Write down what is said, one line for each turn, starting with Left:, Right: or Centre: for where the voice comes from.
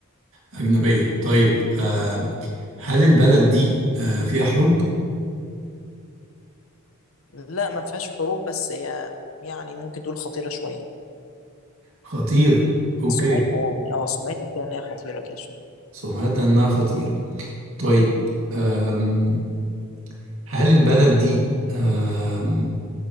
Right: أجنبية طيب آه هل
Left: م.
Right: البلد دي آه فيها حروب؟
Left: لا ما فيهاش حروب بس هي يعني ممكن تقول خطيرة شوية
Right: خطيرة أوكي
Left: سمعتها يعني اه سمعتها كده إن هي خطيرة كده شوية
Right: سمعت إنها خطيرة طيب آم
Left: م.
Right: هل البلد دي آم